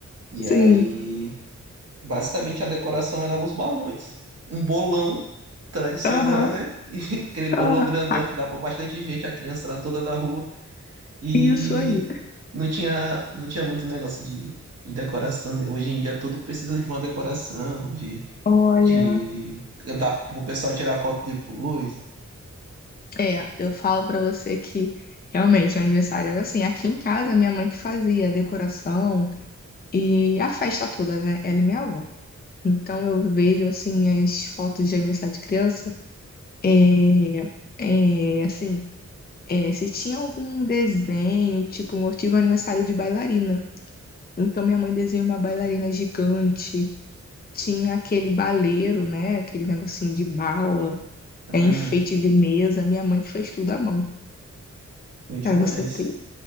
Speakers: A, on the right; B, on the left.
A: E
B: Sim.
A: aí, basicamente a decoração era os balões, um bolão tradicional,
B: Aham.
A: né? E <laughs> aquele bolão
B: Aham.
A: grandão
B: Ah,
A: que dá pra bastante gente, a criança lá toda da rua. E
B: Isso aí.
A: não tinha, não tinha muito negócio de, de decoração, né? Hoje em dia tudo precisa de uma decoração, de,
B: Olha.
A: de dá pro pessoal tirar foto depois.
B: É, eu falo pra você que realmente o aniversário era assim. Aqui em casa, minha mãe que fazia a decoração e a festa toda, né? Ela e minha avó. Então eu vejo assim minhas fotos de aniversário de criança. É, é, assim, é, se tinha algum desenho, tipo, eu tive um aniversário de bailarina. Então minha mãe desenhou uma bailarina gigante, tinha aquele baleiro, né? Aquele negocinho de bala,
A: Aham,
B: é, enfeite de mesa. Minha mãe que fez tudo à mão.
A: foi demais.
B: Pra você ter.